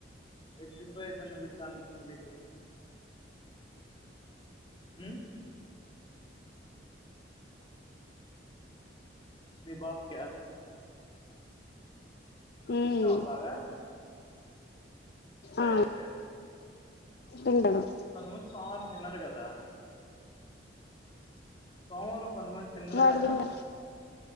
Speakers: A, on the left; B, on the left.
A: ఎగ్ ఫ్రై తినపిచ్చాసింది నీకు ఉమ్ మీ బాబు క్యా
B: మ్మ్
A: ఇష్టమా బాగ
B: ఆ
A: అంటే
B: తింటడు
A: కొంతమంది సోమవారం తినరు కదా సోమవారం కొంతమంది తిన్రు
B: వాడు
A: కదా
B: తినడు